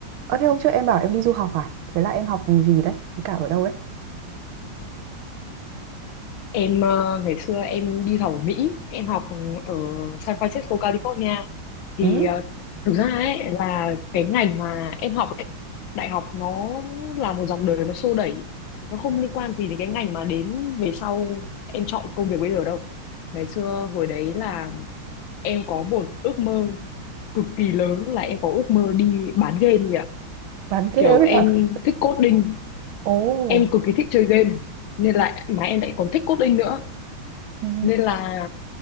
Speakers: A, on the right; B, on the left.
A: Ờ thế hôm trước em bảo em đi du học à? Thế là em học ngành gì đấy? Với cả ở đâu đấy?
B: Em ờ, ngày xưa em đi học ở Mỹ, em học ở San Francisco, California. Thì
A: Ừ,
B: ờ, thực ra ấy là cái ngành mà em học ấy, đại học nó là một dòng đời nó xô đẩy, nó không liên quan gì đến cái ngành mà đến về sau em chọn công việc bây giờ đâu. Ngày xưa hồi đấy là em có một ước mơ cực kỳ lớn là em có ước mơ đi bán game gì ạ.
A: bán ghế
B: Kiểu
A: với
B: em
A: cả...
B: thích coding,
A: <laughs> Ồ,
B: em cực kỳ thích chơi game nên là mà em lại còn thích coding nữa
A: ừ,
B: nên là